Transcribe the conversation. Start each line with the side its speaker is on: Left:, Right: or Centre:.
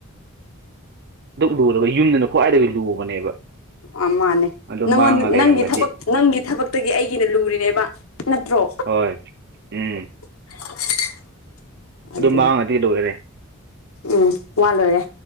Right: ꯗꯨꯛ ꯂꯨꯔꯒ ꯌꯨꯝꯗꯅ ꯈ꯭ꯋꯥꯏꯗꯒꯤ ꯂꯨꯕꯅꯦꯕ
Left: ꯑ ꯃꯥꯅꯦ
Right: ꯑꯗꯨ
Left: ꯅꯪꯉꯣꯟ
Right: ꯃꯥꯡꯉ ꯂꯩꯔꯝꯃꯗꯤ
Left: ꯅꯪꯒꯤ ꯊꯕꯛ ꯅꯪꯒꯤ ꯊꯕꯛꯇꯒꯤ ꯑꯩꯒꯤꯅ ꯂꯨꯔꯤꯅꯦꯕ ꯅꯠꯇ꯭ꯔꯣ
Right: ꯍꯣꯏ ꯎꯝ
Left: <unintelligible> ꯑꯗꯨꯅꯦ
Right: ꯑꯗꯨ ꯃꯥꯡꯉꯗꯤ ꯂꯣꯏꯔꯦ
Left: ꯎꯝ ꯋꯥ ꯂꯣꯏꯔꯦ